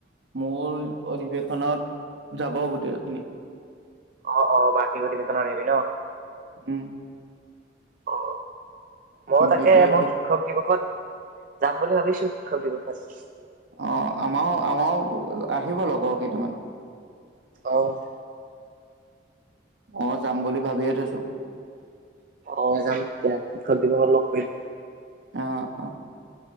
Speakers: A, on the right; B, on the right.
A: মূল অধিৱেশনত যাব গোটেইখিনি।
B: অহ - অহ বাৰ্ষিক অধিবেশনত আহিবি ন'?
A: উম
B: অ', মই
A: কিন্তু
B: তাকে,
A: এতিয়া
B: মই শিক্ষক দিৱসত যাম বুলি ভাবিছো শিক্ষক দিৱস <unintelligible>
A: অহ, আমাৰো -আমাৰো আহিব লগৰ কেইটামান।
B: অহ, '
A: অহ, যাম বুলি ভাবিয়ে থৈছোঁ।
B: অহ, যাম দিয়া শিক্ষক দিৱসত লগ কৰিম।
A: আহ- আ